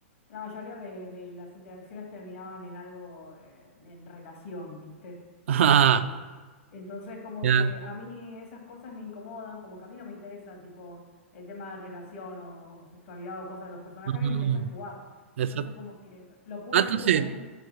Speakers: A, on the left; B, on the right.
A: La mayoría de, de las interacciones terminaban en algo, eh, en relación, ¿viste?
B: ah,
A: Por des- entonces como
B: ya.
A: que a mí esas cosas me incomodan, como que a mí no me interesa tipo el tema de relación o, o sexualidad o cosas de los personajes,
B: mm,
A: a mí me interesa jugar.
B: exacto.
A: Entonces como que lo lo pude
B: Ah, entonces,
A: hacer como muy...